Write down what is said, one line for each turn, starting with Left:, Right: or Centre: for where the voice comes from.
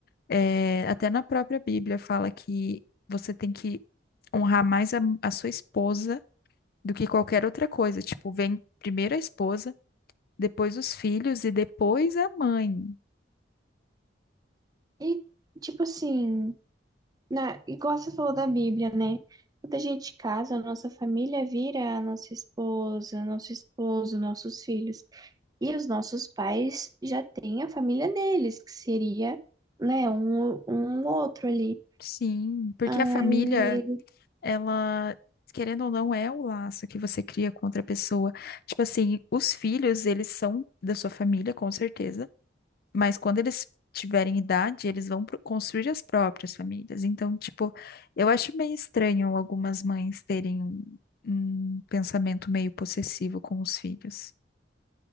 Left: É, até na própria Bíblia fala que você tem que honrar mais a, a sua esposa do que qualquer outra coisa. Tipo, vem primeiro a esposa, depois os filhos e depois a mãe.
Right: E, tipo assim, na, igual você falou da Bíblia, né? Quando a gente casa, a nossa família vira a nossa esposa, nosso esposo, nossos filhos. E os nossos pais já têm a família deles, que seria, né, um, um outro ali.
Left: Sim, porque
Right: Aí,
Left: a família, ela, querendo ou não, é o laço que você cria com outra pessoa. Tipo assim, os filhos, eles são da sua família, com certeza Mas quando eles tiverem idade, eles vão pro- construir as próprias famílias. Então, tipo, eu acho meio estranho algumas mães terem um um pensamento meio possessivo com os filhos.